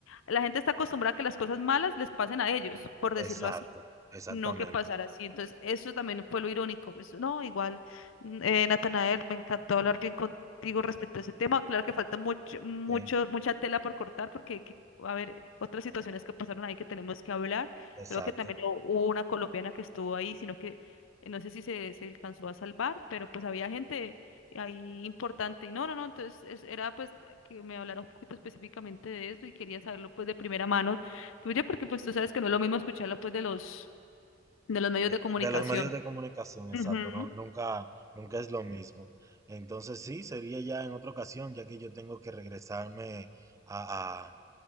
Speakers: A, on the left; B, on the right.
A: la gente está acostumbrada a que las cosas malas les pasen a ellos, por decirlo
B: Exacto,
A: así.
B: exactamente.
A: No que pasara así. Entonces, eso también fue lo irónico. pues, no, igual, mm, eh, Natanael, me encantó hablar bien contigo respecto a ese tema. Claro que falta mucho, mucho,
B: Sí,
A: mucha tela por cortar porque hay que, a ver, otras situaciones que pasaron ahí que tenemos que hablar.
B: exacto.
A: Creo que también hu- hubo una colombiana que estuvo ahí, sino que eh, no sé si se, se alcanzó a salvar, pero pues había gente ahí importante. Y no, no, no, entonces es- era pues que me hablara un poquito específicamente de eso y quería saberlo pues de primera mano tuya porque pues tú sabes que no es lo mismo escucharlo pues de los de los medios
B: De,
A: de comunicación.
B: de los medios de comunicación, exacto,
A: Ujú.
B: ¿no? Nunca, nunca es lo mismo. Entonces sí, sería ya en otra ocasión, ya que yo tengo que regresarme a, a